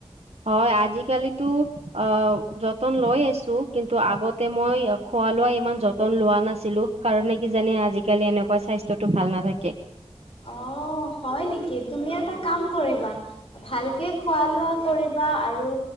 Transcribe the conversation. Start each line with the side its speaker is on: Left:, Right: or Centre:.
Right: হয়, আজিকালিতো অ, যতন লৈ আছো, কিন্তু আগতে মই খোৱা লোৱা ইমান যতন লোৱা নাছিলো কাৰণে কিজানি আজিকালি এনেকুৱা স্বাস্থ্যতো ভাল নাথাকে।
Left: অ হয় নেকি তুমি এটা কাম কৰিবা, ভালকে খোৱা লোৱা কৰিবা আৰু